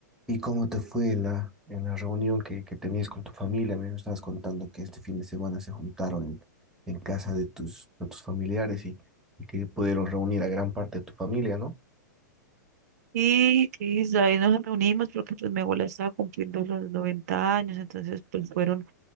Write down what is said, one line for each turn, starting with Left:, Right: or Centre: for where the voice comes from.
Centre: ¿Y cómo te fue en la, en la reunión que, que tenías con tu familia? Me estabas contando que este fin de semana se juntaron en, en casa de tus, de tus familiares y, y que pudieron reunir a gran parte de tu familia, ¿no?
Right: Y Cris, ahí nos reunimos porque pues mi abuela estaba cumpliendo los noventa años, entonces pues fueron